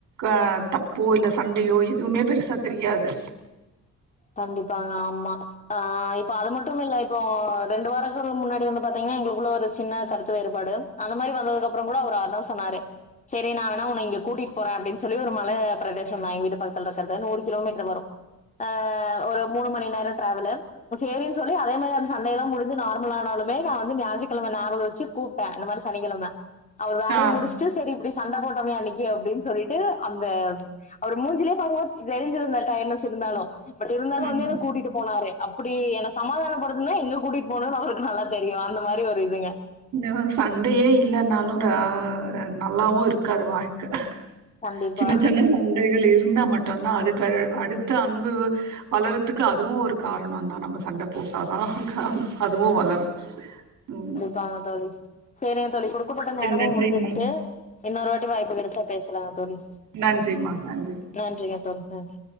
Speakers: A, on the right; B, on the left.
A: ஆ தப்போ இல்ல சண்டையோ எதுவுமே பெருசா தெரியாது
B: கண்டிப்பாங்க ஆமா ஆ இப்ப அத மட் மட்டும் இல்ல இப்போ ரெண்டு வாரோக்கு முன்னாடி வந்து பாத்தீங்கன்னா எங்களுக்குள்ள ஒரு சின்ன கருத்து வேறுபாடு அந்த மாரி வந்ததுக்கு அப்றோ கூட அவரு அத்தா சொன்னாரு செரி நா வேணா உன்ன இங்க கூட்டிட்டு போறே அப்டின்னு சொல்லி ஒரு மல ப்ரதேசோ தா எங்க வீட்டுக்கு பக்கத்துல இருக்கற்து நூறு கிலோமீட்டர் வரு ஆ ஒரு மூணு மணி நேரோ ட்ராவலு சேரின்னு சொல்லி அதே மாரி அந்த சண்டைல்லா முடிஞ்சு நார்மல் ஆனாலுமே நா வந்து ஞாஜீக்கெழம ஞாபகோ வச்சு கூப்ட்டே இந்த மாரி சனிக்கெழம அவர் வேலைய
A: ஆ
B: முடிச்சுட்டு சரி இப்டி சண்ட போட்டமே அன்னிக்கு அப்டின்னு சொல்லிட்டு அந்த அவரு மூஞ்சுலே பாக்கும் போது தெரிஞ்சுருமே டயட்னஸ் இருந்தாலு பட் இருந்தாலு
A: ம்
B: வந்து என்ன கூட்டிட்டு போனாரு அப்டி என்ன சமாதானப்படுத்துன்னா எங்க கூட்டிட்டு போனு அவருக்கு நல்லா தெரியு அந்த மாரி ஒரு இதுங்க
A: னவ் சண்டையே இல்லன்னாலு நல்லாவும் இருக்காது வாழ்க்க
B: கண்டிப்பா
A: சின்ன சின்ன சண்டைகள் இருந்தா மட்டும்தா அதுக்கு அடுத்த அன்பு வளர்றதுக்கு அதுவு ஒரு காரணோ தா நம்ம சண்ட போட்டாதா அதுவு வளரு உம்
B: கா தல் சேரிங்க தோழி குடுக்கப்பட்ட நேரமு
A: நன்றிங்கம்மா
B: முடிஞ்சிருச்சு இன்னொரு வாட்டி வாய்ப்பு கெடச்சா பேசலாங்க தோழி
A: நன்றிமா நன்றி
B: நன்றிங்க தோழி நன்றி